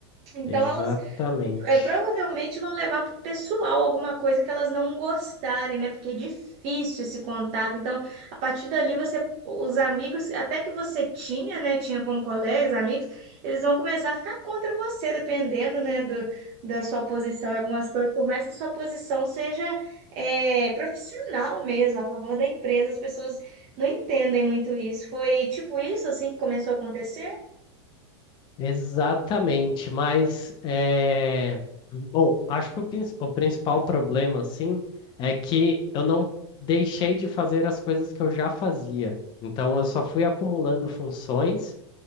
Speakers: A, on the right; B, on the left.
A: Então,
B: Exatamente.
A: elas é, provavelmente vão levar para o pessoal alguma coisa que elas não gostarem, né? Porque é difícil esse contato. Então, a partir dali, você, os amigos, até que você tinha, né? Tinha como colegas, amigos, eles vão começar a ficar contra você, dependendo, né? Do, da sua posição em algumas coisas, por mais que a sua posição seja é, profissional mesmo, a favor da empresa, as pessoas não entendem muito isso. Foi tipo isso, assim, que começou a acontecer?
B: Exatamente. Mas, é... bom, acho que o, prin- o principal problema, assim, é que eu não deixei de fazer as coisas que eu já fazia. Então, eu só fui acumulando funções.